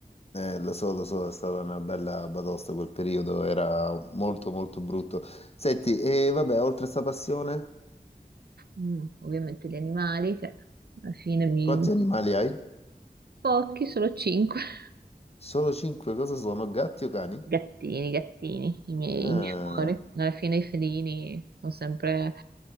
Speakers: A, on the left (about 40°); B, on the right (about 70°).
A: eh, lo so, lo so, è stata una bella batosta quel periodo, era molto molto brutto. Senti, e vabbè, oltre a sta passione,
B: Mm, ovviamente gli animali, che alla fine mi,
A: quanti
B: mi-
A: animali hai?
B: pochi, solo cinque. <laughs>
A: Solo cinque, cosa sono? Gatti o cani?
B: Gattini, gattini, i miei,
A: Ah.
B: i miei amori. Alla fine i felini sono sempre